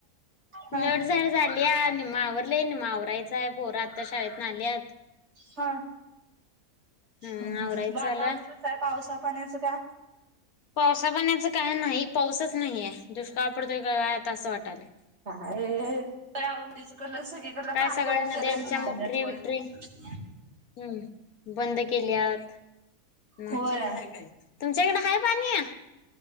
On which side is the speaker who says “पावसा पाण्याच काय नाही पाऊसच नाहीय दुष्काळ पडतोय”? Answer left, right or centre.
Left